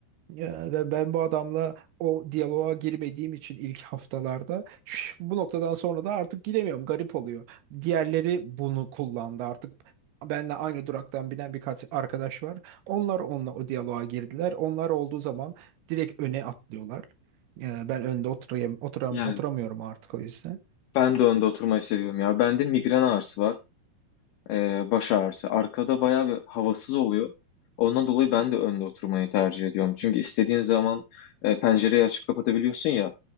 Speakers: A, on the right; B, on the left.
A: Ya ben, ben bu adamla o diyaloğa girmediğim için ilk haftalarda şş, bu noktadan sonra da artık giremiyorum. Garip oluyor. Diğerleri bunu kullandı artık. Benle aynı duraktan binen birkaç arkadaş var. Onlar onunla o diyaloğa girdiler. Onlar olduğu zaman direkt öne atlıyorlar. Ee, Ben önde oturayım, oturam,
B: Yani
A: oturamıyorum artık o yüzden.
B: ben de önde oturmayı seviyorum ya. Bende migren ağrısı var. Ee, baş ağrısı. Arkada bayağı bir havasız oluyor. Ondan dolayı ben de önde oturmayı tercih ediyorum. Çünkü istediğin zaman e, pencereyi açıp kapatabiliyorsun ya.